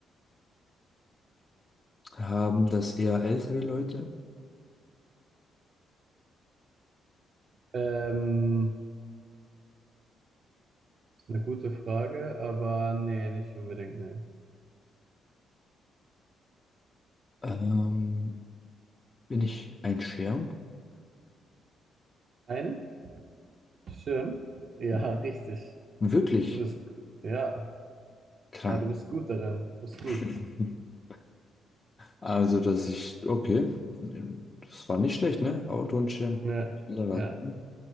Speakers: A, on the left (about 30°); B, on the right (about 50°).
A: haben das eher ältere Leute?
B: Ähm, ist eine gute Frage, aber nee, nicht unbedingt, nee.
A: Ähm, bin ich ein Schirm?
B: Ein Schirm? Ja,
A: Mhm.
B: <laughs> richtig.
A: Wirklich
B: Du bist, ja,
A: krank.
B: ja, du bist gut darin. Du bist gut.
A: <laughs> Also, dass ich, okay, das war nicht schlecht, ne? Auto und Schirm.
B: Ja,
A: Schnell raten.
B: ja.